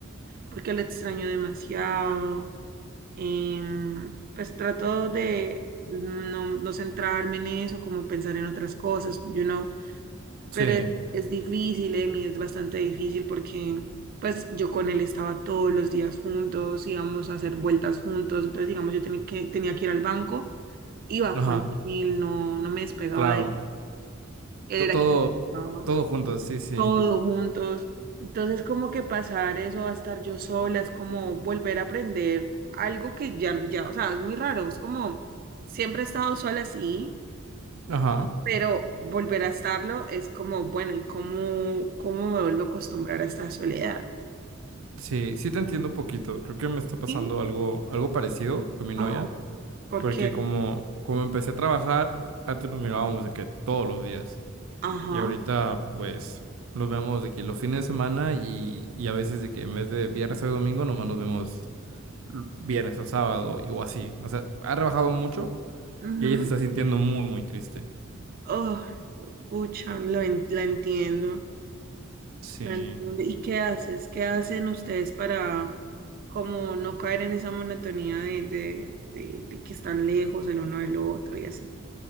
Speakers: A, on the right; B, on the right.
A: porque lo extraño demasiado Em, pues trato de no, no centrarme en eso, como pensar en otras cosas, you know,
B: Sí,
A: pero es, es difícil, Emi, es bastante difícil porque pues yo con él estaba todos los días juntos, íbamos a hacer vueltas juntos, entonces digamos yo tenía que, tenía que ir al banco, iba
B: ajá,
A: con él, no, no me despegaba
B: claro.
A: de él, él
B: To-
A: era
B: Todo,
A: quien me llevaba
B: todo juntos, sí, sí.
A: todos juntos. Entonces, como que pasar eso a estar yo sola, es como volver a aprender algo que ya, ya, o sea, es muy raro, es como, siempre he estado sola, sí,
B: Ajá.
A: pero volver a estarlo es como, bueno, ¿y cómo, cómo me vuelvo a acostumbrar a esta soledad?
B: Sí, sí te entiendo un poquito. Creo que me está pasando
A: ¿Sí?
B: algo, algo parecido con mi novia,
A: Oh, ¿por
B: porque
A: qué?
B: como, como empecé a trabajar, antes nos mirábamos de que todos los días.
A: Ajá.
B: Y ahorita, pues, nos vemos de que los fines de semana y, y a veces de que en vez de viernes a domingo, nomás nos vemos l- viernes o sábado y- o así. O sea, ha trabajado mucho
A: ujú.
B: y ella se está sintiendo muy, muy triste.
A: Oh, pucha, lo en- la entiendo.
B: Sí.
A: No entiendo. ¿Y qué haces? ¿Qué hacen ustedes para como no caer en esa monotonía de, de, de- de que están lejos el uno del otro y así?